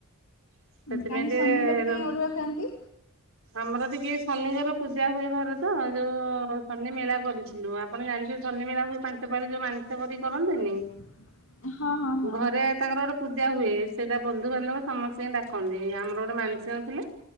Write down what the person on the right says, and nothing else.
ସେଥିପାଇଁ
ଟିକେ
ଆମର ଟିକେ ଶନିଙ୍କର ପୂଜା ହୁଏ ଘରେ ତ ଯୋଉ ଶନି ମେଳା କରିଚୁ। ଣୁ ଆପଣ ଜାଣିଛନ୍ତି ଶନି ମେଳା ହୁଏ ପାଞ୍ଚ ପାଳି ଯୋଉ ମାନସିକ କରି କରନ୍ତିନି।
ଘରେ ତାଙ୍କର ଗୋଟେ ପୂଜା ହୁଏ। ସେଇଟା ବନ୍ଧୁବାନ୍ଧବ ସମସ୍ତିଙ୍କୁ ଡା ତାଙ୍କର।। ଆମର ଗୋଟେ ମାନସ ଥିଲେ